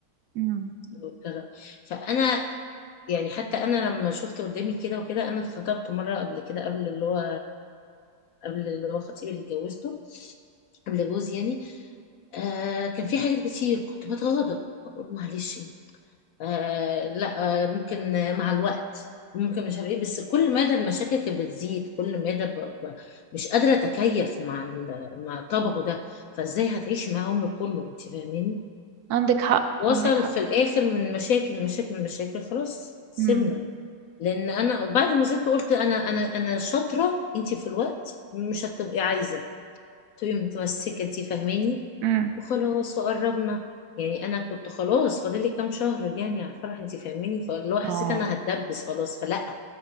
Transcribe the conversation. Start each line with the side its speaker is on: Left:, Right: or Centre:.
Right: امم
Left: والطلاق فانا يعني حتى انا لما شفت قدامي كده وكده انا اتخطبت مره قبل كده قبل اللي هو قبل اللي هو خطيبي اللي اتجوزته قبل جوزي يعني آه كان في حاجات كتير كنت بتغاضى أقول معلش آه لا آه ممكن مع الوقت ممكن مش عارف ايه بس كل مدى المشاكل كانت بتزيد كل مدى ب- ب- مش قادره اتكيف مع ال- مع طبعه ده فازاي هتعيشي معاه عمرك كله انت فاهماني
Right: عندك حق
Left: وصل
Right: عندك حق
Left: في الاخر من مشاكل مشاكل مشاكل خلاص سيبنا
Right: امم
Left: لان انا بعد ما زدت قلت انا انا انا شاطره انت في الوقت مش هتبقي عايزه تبقي متمسكه انت فاهماني
Right: امم
Left: وخلاص وقربنا يعني انا كنت خلاص فاضل لي كام شهر يعني على الفرح انت فاهماني فاللي هو حسيت
Right: اه
Left: انا هتدبس خلاص فلا